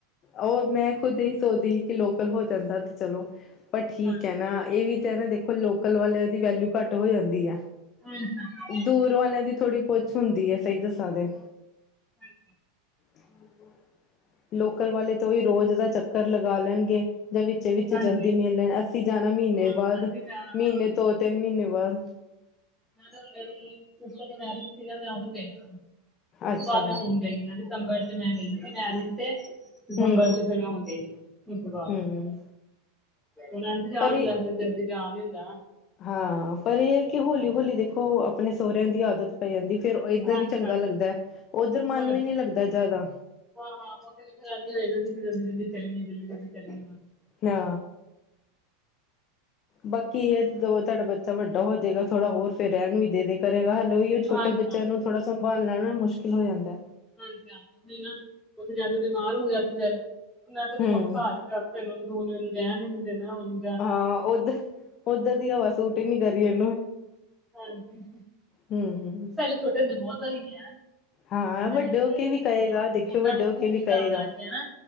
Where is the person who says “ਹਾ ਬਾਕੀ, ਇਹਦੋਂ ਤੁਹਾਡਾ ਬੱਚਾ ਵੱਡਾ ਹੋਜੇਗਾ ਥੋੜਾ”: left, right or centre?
Left